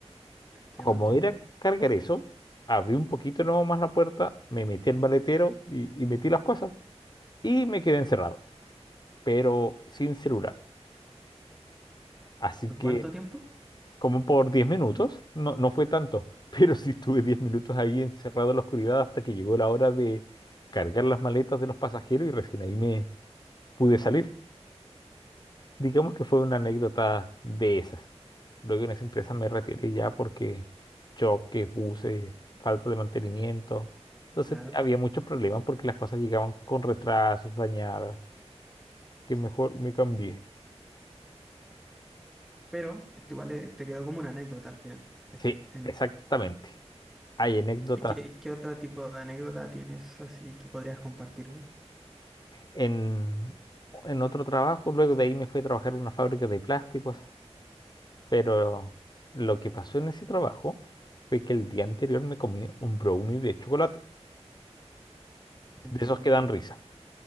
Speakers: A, in the centre; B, on the left.
A: entiendo,
B: Como
A: entiendo.
B: era cargar eso, abrí un poquito no más la puerta, me metí al maletero y, y metí las cosas y me quedé encerrado, pero sin celular. Así
A: ¿Por
B: que
A: cuánto tiempo?
B: como por 10 minutos, no, no fue tanto, <laughs> pero sí estuve 10 minutos ahí encerrado en la oscuridad hasta que llegó la hora de cargar las maletas de los pasajeros y recién ahí me pude salir. Digamos que fue una anécdota de esas. Luego en esa empresa me retiré ya porque choques, buses, falta de mantenimiento. Entonces
A: Claro.
B: había muchos problemas porque las cosas llegaban con retrasos, dañadas, que mejor me cambié.
A: Pero esto igual eh, te quedó como una anécdota al final. Es-
B: Sí,
A: En
B: exactamente. Hay anécdotas
A: ¿Y qué, qué otro tipo de anécdota tienes así que podrías compartirme?
B: en, en otro trabajo. Luego de ahí me fui a trabajar en una fábrica de plásticos. Pero lo que pasó en ese trabajo fue que el día anterior me comí un brownie de chocolate.
A: Entiendo,
B: De esos que dan risa.